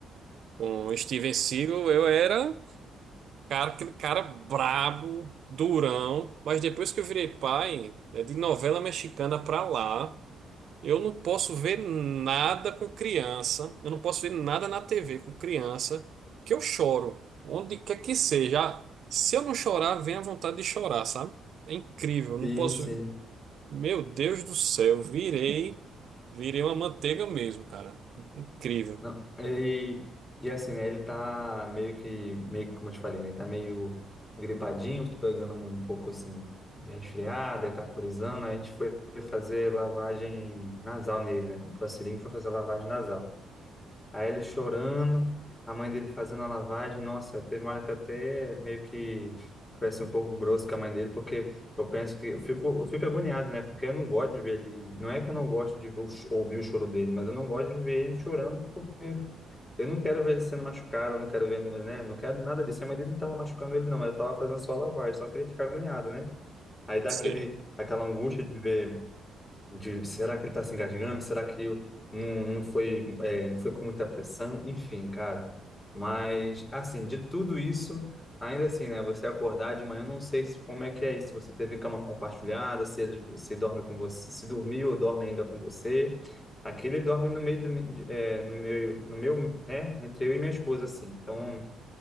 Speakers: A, on the right (about 65°); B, on the left (about 20°).
A: com Steven Seagal. Eu era, cara, aquele cara brabo, durão. Mas depois que eu virei pai, é de novela mexicana pra lá, eu não posso ver nada com criança. Eu não posso ver nada na TV com criança, que eu choro. Onde quer que seja. Se eu não chorar, vem a vontade de chorar, sabe? É incrível. Não
B: Sim,
A: posso.
B: sim.
A: Meu Deus do céu, virei, virei uma manteiga mesmo, cara. Incrível.
B: Não, e, e assim, né? Ele tá meio que, meio que, como eu te falei, né? Ele tá meio gripadinho, tô pegando um pouco assim, de resfriado, aí tá corizando. Aí a gente foi fazer lavagem nasal nele, né? Comprou a seringa e foi fazer a lavagem nasal. Aí ele chorando, a mãe dele fazendo a lavagem. Nossa, teve uma hora que eu até meio que foi assim, um pouco grosso com a mãe dele, porque eu penso que eu fico, eu fico agoniado, né? Porque eu não gosto de ver ele. Não é que eu não gosto de ver o ch- ouvir o choro dele, mas eu não gosto de ver ele chorando porque eu não quero ver ele sendo machucado, eu não quero ver, né? Não quero nada disso. A mãe dele não estava machucando ele, não. Ela estava fazendo só a lavagem, só que ele fica agoniado, né? Aí dá
A: Você-
B: aquele, aquela angústia de ver de será que ele está se engasgando? Será que eu- não, não foi, é, não foi com muita pressão? Enfim, cara. Mas, assim, de tudo isso, ainda assim, né? Você acordar de manhã, eu não sei se, como é que é isso. Se você teve cama compartilhada, se ele se dorme com você, se dormiu ou dorme ainda com você. Aqui ele dorme no meio do, me- de- é, no meu, no meu, né? Entre eu e minha esposa, assim. Então,